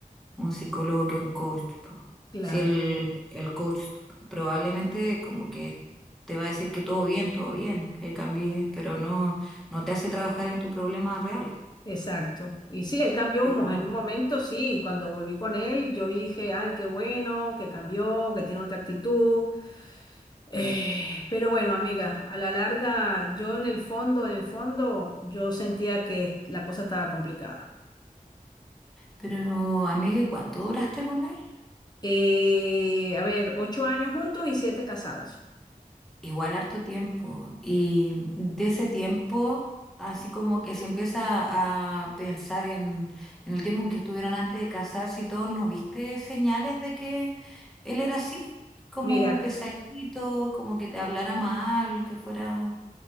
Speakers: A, in the centre; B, on the left.
A: un psicólogo que un coach. po.
B: Claro,
A: Si el, el coach probablemente como que te va a decir que todo bien, todo bien, que cambies, pero no, no te hace trabajar en tu problema real.
B: exacto. Y sí, él cambió
A: Qué
B: un
A: mal.
B: mo- en un momento, sí, cuando volví con él, yo dije, ay, qué bueno, que cambió, que tiene otra actitud. Eh, pero bueno, amiga, a la larga, yo en el fondo, en el fondo, yo sentía que la cosa estaba complicada.
A: Pero, amiga, ¿y cuánto duraste con él?
B: Eh, a ver, ocho años juntos y siete casados.
A: Igual harto tiempo. Y de ese tiempo, así como que se empieza a pensar en, en el tiempo en que estuvieron antes de casarse y todo, ¿no viste señales de que él era así? Como
B: Mira.
A: pesadito, como que te hablara mal, que fuera